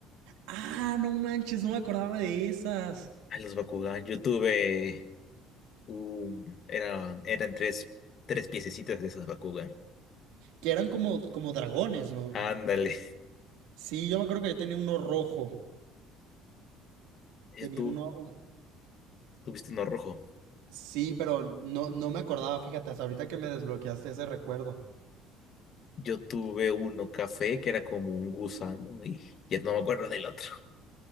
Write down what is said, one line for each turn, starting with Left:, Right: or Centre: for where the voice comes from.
Right: Ah, no manches, no me acordaba de esas.
Left: Ay, los Bakugan, yo tuve un... Eran, eran tres, tres piececitas de esos Bakugan.
Right: Que eran como, como dragones, ¿no?
Left: Ándale,
Right: Sí, yo me acuerdo que yo tenía uno rojo.
Left: <laughs>
Right: Tenía
Left: yo tú
Right: uno... un-
Left: tuviste uno rojo.
Right: Sí, pero no, no me acordaba, fíjate, hasta ahorita que me desbloqueaste ese recuerdo.
Left: Yo tuve uno café, que era como un gusano, y ya no me acuerdo del otro.